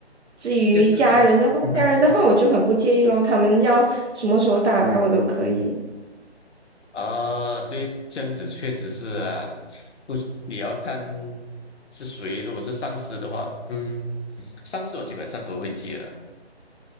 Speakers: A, on the right (about 75°); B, on the left (about 80°).
A: 至于家人的话，
B: 确实是，嗯哼。
A: 家人的话我就很不介意咯，他们要什么时候打来我都可以。
B: 啊，对，这样子确实是啊，不，你要看是谁。如果是上司的话，嗯，上司我基本上都会接了，